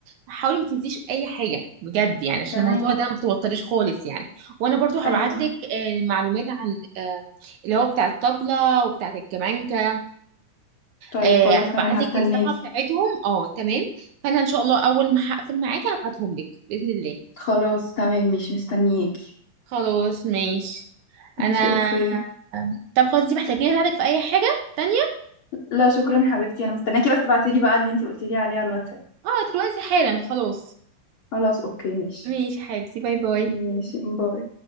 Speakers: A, on the right; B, on the left.
A: حاولي ما تنسيش اي حاجة بجد يعني عشان
B: تمام
A: الموضوع ده ما توتريش خالص يعني وانا برضو هبعت
B: ايوه
A: لك معلومات عن آه، اللي هو بتاع الطبلة وبتاع الكمانجة
B: طيب
A: آه،
B: خلاص
A: هبعت
B: تمام هستناكي
A: لك الصفحة بتاعتهم اه تمام فانا ان شاء الله اول ما هقفل معاكي هبعتهم لك بإذن الله
B: خلاص تمام مش مستنياكي
A: خلاص ماشي
B: ماشي
A: انا
B: اوكي
A: طب خلاص انتي محتاجين اساعدك في اي حاجة تانية
B: لا شكرا حبيبتي انا مستنياكي بس تبعتيلي بقى اللي انتي قلتيلي عليه على الواتساب
A: اه دلوقتي حالا خلاص
B: خلاص اوكي ماشي
A: ماشي يا حبيبتي باي باي
B: ماشي باي